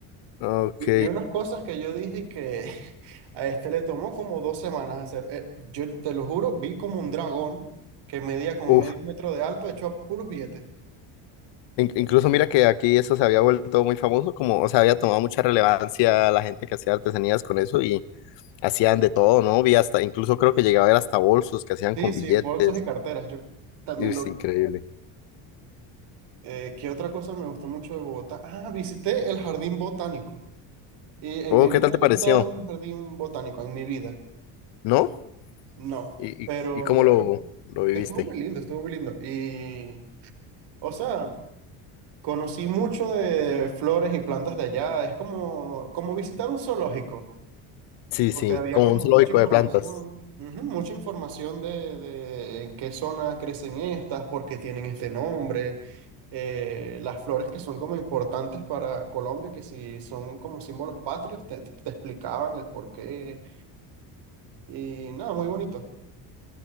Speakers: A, on the left; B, on the right.
A: Ok.
B: Vi, vi unas cosas que yo dije que <laughs> a este le tomó como dos semanas hacer. Eh, yo te lo juro, vi como un dragón que medía como
A: Uf.
B: medio metro de alto hecho a puros billetes.
A: In- incluso mira que aquí eso se había vuelto muy famoso, como, o sea, había tomado mucha relevancia la gente que hacía artesanías con eso y, Hacían de todo, ¿no? Vi hasta, incluso creo que llegaba a ver hasta bolsos que hacían
B: Sí,
A: con
B: sí,
A: billetes.
B: bolsos y carteras, yo también
A: Es
B: lo...
A: increíble.
B: Eh, ¿qué otra cosa me gustó mucho de Bogotá? Ah, visité el jardín botánico. Y en
A: Oh,
B: mi
A: ¿qué
B: vida
A: tal te
B: había
A: pareció?
B: estado en un jardín botánico, en mi vida.
A: ¿No?
B: Y No,
A: ¿Y,
B: pero
A: y, y cómo
B: est-
A: lo, lo viviste?
B: estuvo muy lindo, estuvo muy lindo. Y, o sea, conocí mucho de flores y plantas de allá. Es como, como visitar un zoológico.
A: Sí,
B: Porque
A: sí,
B: había
A: como
B: como
A: un zoológico
B: mucha información,
A: de plantas.
B: ujú, mucha información de, de en qué zona crecen estas, por qué tienen este nombre, eh, las flores que son como importantes para Colombia, que si son como símbolos patrios, te, te explicaban el por qué y nada, muy bonito.